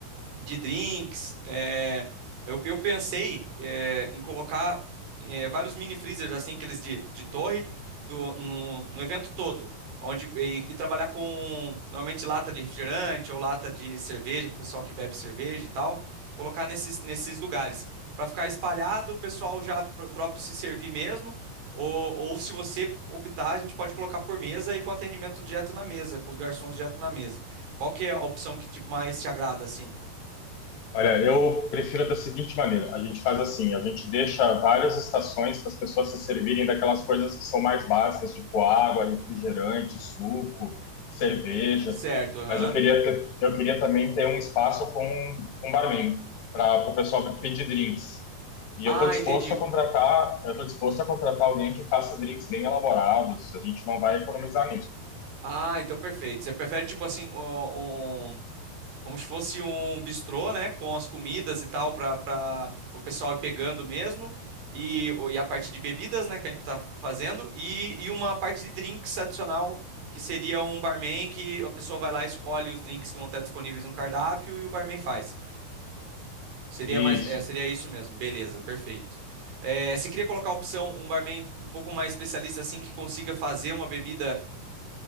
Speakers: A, on the right (about 80°); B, on the left (about 70°).
A: de drinks. é, eu, eu pensei é, em colocar é, vários mini freezers, assim, aqueles de, de torre, do- no, no evento todo, onde, e, e trabalhar com normalmente lata de refrigerante ou lata de cerveja, com o pessoal que bebe cerveja e tal, colocar nesses, nesses lugares, para ficar espalhado, o pessoal já pr- próprio se servir mesmo, ou, ou se você optar, a gente pode colocar por mesa e com atendimento direto na mesa, com os garçons direto na mesa. Qual que é a opção que te- mais te agrada, assim?
B: Olha, eu prefiro da seguinte maneira: a gente faz assim, a gente deixa várias estações para as pessoas se servirem daquelas coisas que são mais básicas, tipo água, refrigerante, suco, cerveja.
A: Certo, aham.
B: Mas eu queria, ter- eu queria também ter um espaço com um barman para o pessoal pedir drinks. E
A: Ah,
B: eu estou disposto
A: entendi.
B: a contratar, eu estou disposto a contratar alguém que faça drinks bem elaborados. A gente não vai economizar
A: Ah, então perfeito. Você prefere tipo assim um, um- como se fosse um bistrô, né, com as comidas e tal para para o pessoal ir pegando mesmo e o- e a parte de bebidas, né, que a gente tá fazendo e, e uma parte de drinks adicional que seria um barman que a pessoa vai lá e escolhe os drinks que vão estar disponíveis no cardápio e o barman faz. Seria
B: nisso.
A: mais, é, seria isso mesmo. Beleza, perfeito. É, você queria colocar a opção um barman um pouco mais especialista assim que consiga fazer uma bebida